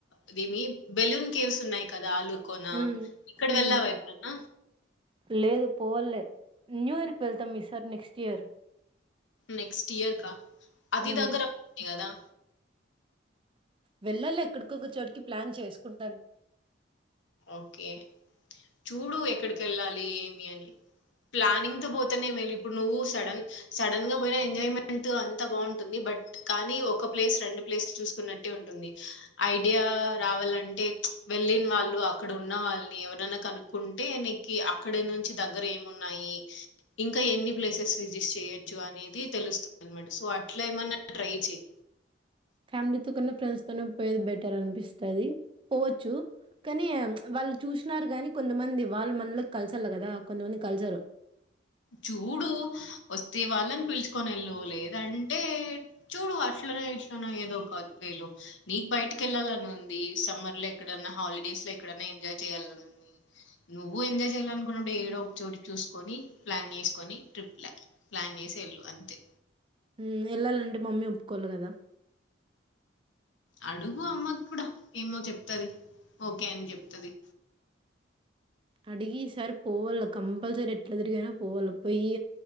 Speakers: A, on the left (about 85°); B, on the right (about 25°).
A: ఇదేమి బెలూన్ కేవ్స్ ఉన్నాయి కదా అలూన్ కోనా
B: ఉమ్
A: ఇప్పుడ్ వెళ్లావ
B: ఉమ్
A: ఎప్పుడన్న
B: లేదు పోవాలి న్యూ ఇయర్ కి వెళ్తాం ఈసార్ నెక్స్ట్ ఇయర్
A: నెక్స్ట్ ఇయర్ కా అది
B: ఉమ్.
A: దగ్గర ఉంది కదా
B: వెళ్ళాల ఎక్కడికొక చోటికి ప్లాన్ చేసుకుంటాను.
A: ఓకే చూడు ఎక్కడికి వెళ్ళాలి ఏమి అని ప్లానింగ్తో పోతేనే మెల్లిప్పుడు నువ్వు సడన్ సడన్ గా పోయిన ఎంజాయ్మెంట్ అంతా బాగుంటుంది బట్ కానీ, ఒక ప్లేస్ రెండు ప్లేస్లు చూసుకున్నట్టే ఉంటుంది. ఐడియా రావాలంటే ప్చ్ వెళ్ళిన వాళ్ళు అక్కడ ఉన్న వాళ్ళని ఎవరనా కనుక్కుంటే నీకి అక్కడ నుంచి దగ్గర ఏమున్నాయి, ఇంకా ఎన్ని ప్లేసెస్ విజిట్ చేయొచ్చు. అనేది తెలుస్తుంది అన్నమాట, సో అట్లా ఏమన్నా ట్రై చెయి
B: ఫ్యామిలీతో కన్నా ఫ్రెండ్స్ తోనే పోయేది బెటర్ అనిపిస్తాది. పోవచ్చు కానీ ప్చ్ వాళ్ళు చూసినారు గనీ, కొంతమంది వాళ్ళు మనలోకి కల్సాల కదా కొంతమంది కల్సారు.
A: చూడు వస్తే వాళ్ళని పిలుచుకొని వెళ్లు. లేదంటే చూడు అట్లనో ఇట్లోనో ఏదో ఒక వేలు నీకు బయటకి వెళ్ళాలని ఉంది. సమ్మర్ లో ఎక్కడన్నా హాలిడేస్ లో ఎక్కడన్నా ఎంజాయ్ చేయాలని ఉంది. నువ్వు ఎంజాయ్ చేయాలనుకున్నడు ఏడో ఒక చోటి చూసుకొని ప్లాన్ చేసుకొని ట్రిప్ లా ప్లాన్ చేసి వెళ్ళు అంతే
B: ఉమ్ వెళ్ళాలంటే మమ్మీ ఒప్పుకోవాలి కదా
A: అడుగు అమ్మ కూడా ఏమో చెప్తది ఓకే అని చెప్తాది.
B: అడిగి ఈసార్ పోవాలి కంపల్సరీ ఎట్లా తిరిగైనా పోవాలి పోయి